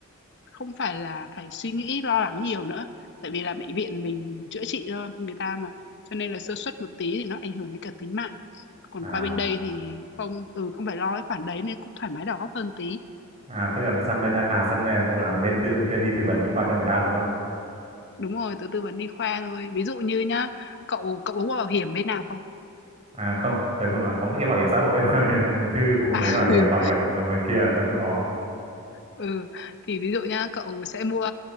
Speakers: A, on the left; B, on the right.
A: không phải là phải suy nghĩ lo lắng nhiều nữa. Tại vì là bệnh viện mình chữa trị cho người ta mà, cho nên là sơ suất một tí thì nó ảnh hưởng đến cả tính mạng. Còn
B: À
A: qua bên đây thì không, ừ, không phải lo cái khoản đấy nên cũng thoải mái đầu óc hơn tí.
B: à tức là sang bên đây à sang đây là cậu làm bên tư chuyên đi tư vấn y khoa cho người ta đúng không?
A: Đúng rồi, tớ tư vấn đi khoa thôi. Ví dụ như nhá, cậu cậu có mua bảo hiểm bên nào không?
B: À không, tớ không là có mỗi cái bảo hiểm xã hội thôi <laughs> chứ
A: À,
B: mấy bảo hiểm
A: ừ,
B: bảo hiểm bên kia là tớ không có.
A: ừ, thì ví dụ nhá, cậu sẽ mua